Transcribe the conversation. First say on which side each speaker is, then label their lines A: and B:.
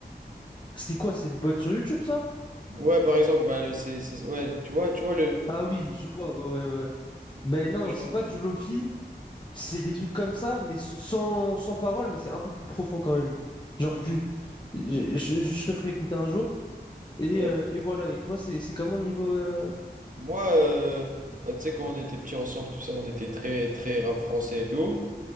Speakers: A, on the left; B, on the right.
A: C'est quoi? C'est le bot sur YouTube, ça?
B: Ouais, par exemple, bah, le- c'est, c'est- ouais, tu vois, tu vois le.
A: Ah oui, je vois, ouais, ouais, ouais. ouais. Ben non,
B: ce
A: c'est
B: genre
A: pas
B: de-
A: du lofi, c'est des trucs comme ça, mais s- sans, sans parole, mais c'est un peu plus profond quand même. Genre,
B: Ok.
A: tu- je, je- je te ferai écouter un jour, et,
B: Ouais.
A: euh, et voilà. Et toi, c'est c'est comment niveau. euh,
B: Moi, euh, bah, tu sais, quand on était petits ensemble, tout ça, on était très, très rap français et tout.